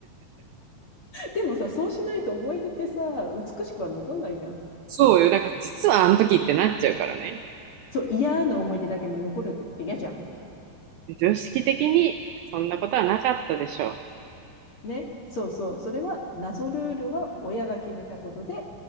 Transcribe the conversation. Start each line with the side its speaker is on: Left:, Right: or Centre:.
Left: <laughs> でもさ、そうしないと思い出ってさ、美しくは残んないじゃん。
Right: そうよ。だから実はあの時ってなっちゃうからね。
Left: そう、嫌な思い出だけも残るって嫌じゃん。
Right: 常識的にそんなことはなかったでしょう。
Left: ね。そうそう。それは謎ルールは親が決めたことで、